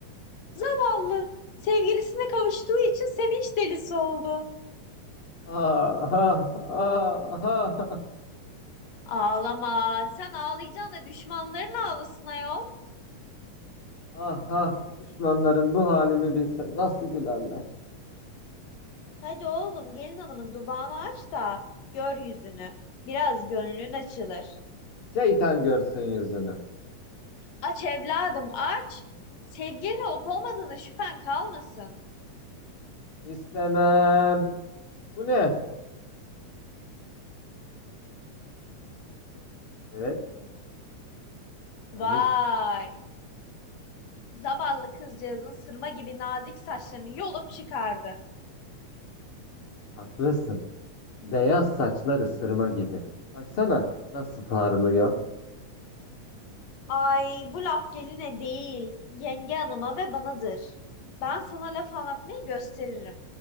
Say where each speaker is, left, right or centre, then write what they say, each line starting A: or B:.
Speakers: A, on the left; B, on the left.
A: Vallahi sevgilisine kavuştuğu için sevinç delisi oldu.
B: Aha! Aha!
A: Ağlama. Sen ağlayacaksın da düşmanların ağlasın ayol.
B: Ah ah düşmanlarım bu halimi bilse nasıl gülerler.
A: Hadi oğlum gelin hanımın duvağını aç da gör yüzünü. Biraz gönlün açılır.
B: Şeytan görsün yüzünü.
A: Aç evladım aç. Sevgilin olup olmadığına şüphen kalmasın.
B: İstemem. Bu ne? Evet
A: Vay.
B: sen de
A: Zavallı kızcağızın sırma gibi nazik saçlarını yolup çıkardı.
B: haklısın. Beyaz saçlar ısırma gibi. Baksana nasıl parlıyor.
A: Ay bu laf geline değil, yenge hanıma ve banadır. Ben sana laf anlatmayı gösteririm.